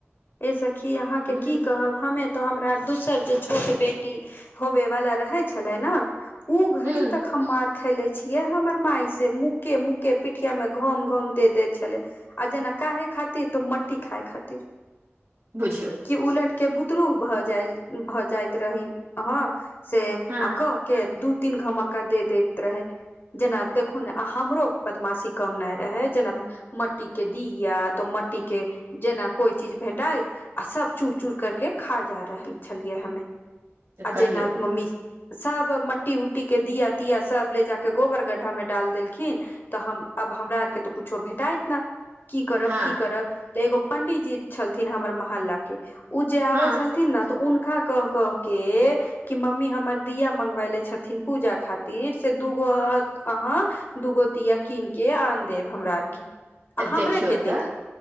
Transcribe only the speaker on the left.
ए सखी अहाँके
की कहब हमे तो हमरा दोसर जे छोट बेटी होबे वाला रहै छलै न ओ घड़ी
तक हम मार खयेलै छियै हमर माइ से मुक्के मुक्के पिठियामे घम घम दे दै छलै आ जेना काहे खातिर तऽ मट्टी खाए खातिर
कि उलट के बुतरू भ जा भऽ जाइत रही ह से
आ कह के दू तीन धमक्का दे दैत रहैन जेना देखु ने हमरो बदमाशी कमनाइ रहै जेना मट्टी के दीया तऽ मट्टी के जेना कोइ चीज भेट भेटय आ सब चूर चूर करके खा जा रहल छलियै हमे
आ
जेना मम्मी सब मट्टी उट्टी के दिया तिया सब ले जाके गोबर गड्ढा मे डाल देलखिन तऽ हम अब हमरा आरके तऽ कुछो भेटाइत न की करब
की करब तऽ एगो पंडीजी छलथिन हमर मोहल्ला के ओ जे आबे
छल थिन ने तऽ हुनका कह क के कि मम्मी हमर दिया मङ्गबायलने छथिन पूजा खातिर से दूगो अहाँ दूगो दिया कीन के आन देब हमरा आरके आ हमरे
के
देब